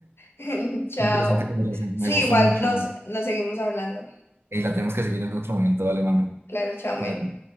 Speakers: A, on the left; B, on the right.
A: <laughs> Chao.
B: Interesante conversación.
A: Sí,
B: Me gustó
A: igual
B: mucho.
A: nos, nos seguimos hablando.
B: Y la tenemos que seguir en otro momento. Dale, mano.
A: Claro, chao,
B: Cuídate.
A: Mel.